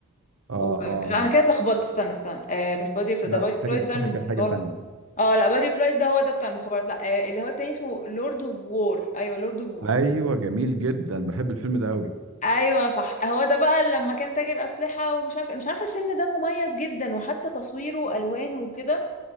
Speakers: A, on the right; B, on the left.
A: آه
B: و...
A: آه
B: لا انا كده اتلخبطت استنى استنى آه مش بادي اوف
A: لا
B: ده بادي اوف
A: تاجر
B: لايز
A: أسلحة
B: ده الم-
A: كان
B: اللي
A: حاجة
B: هو
A: تانية
B: الم- اه لا بادي اوف لايز ده هو ده بتاع المخابرات لا آه اللي هو التاني اسمه لورد اوف وور ايوه لورد اوف وور
A: أيوه جميل جدا بحب الفيلم ده قوي
B: ايوه صح هو ده بقى لما كان تاجر اسلحه ومش عارفه مش عارفه الفيلم ده مميز جدا وحتى تصويره والوانه وكده